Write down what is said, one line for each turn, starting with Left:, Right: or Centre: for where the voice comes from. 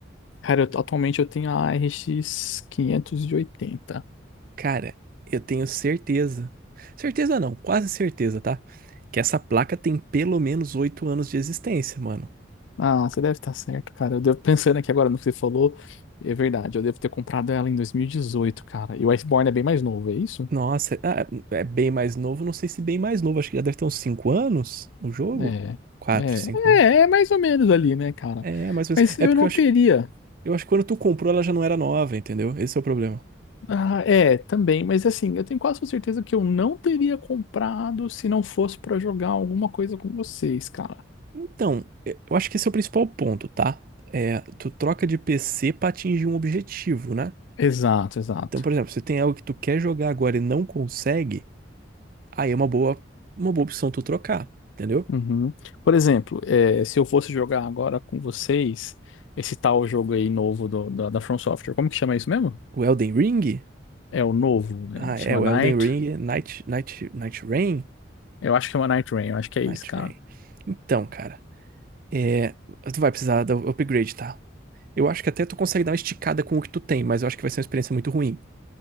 Left: Cara, eu- atualmente eu tenho a RX oitenta
Right: Cara, eu tenho certeza. Certeza não, quase certeza, tá? Que essa placa tem pelo menos 8 anos de existência, mano.
Left: Ah, você deve estar certo, cara. Eu devo pensando aqui agora no que você falou. É verdade, eu devo ter comprado ela em 2018, cara. E o Iceborne é bem mais novo, é isso?
Right: Nossa, ah, é bem mais novo, não sei se bem mais novo, acho que já deve ter uns 5 anos o jogo.
Left: É,
Right: quatro
Left: é,
Right: cinco
Left: é,
Right: anos.
Left: é mais ou menos ali, né, cara?
Right: É, mais ou
Left: Mas
Right: menos.
Left: eu
Right: É porque
Left: não
Right: eu acho,
Left: teria.
Right: eu acho que quando tu comprou ela já não era nova, entendeu? Esse é o problema.
Left: Ah, é, também, mas assim, eu tenho quase certeza que eu não teria comprado se não fosse pra jogar alguma coisa com vocês, cara.
Right: Então, eh, eu acho que esse é o principal ponto, tá? É, tu troca de PC pra atingir um objetivo, né?
Left: Exato, exato.
Right: Então, por exemplo, se tem algo que tu quer jogar agora e não consegue, aí é uma boa, uma boa opção tu trocar, entendeu?
Left: Uhum. Por exemplo, eh, se eu fosse jogar agora com vocês esse tal jogo aí novo do- da, da From Software, como que chama isso mesmo?
Right: O Elden Ring?
Left: É o novo, né?
Right: Ah,
Left: Chama
Right: é, o
Left: Night.
Right: Elden Ring, Night, Night, Night Rain?
Left: Eu acho que chama Night Rain, eu acho que é
Right: Night
Left: isso, cara.
Right: Rain. Então, cara. É, tu vai precisar do upgrade, tá? Eu acho que até tu consegue dar uma esticada com o que tu tem, mas eu acho que vai ser uma experiência muito ruim.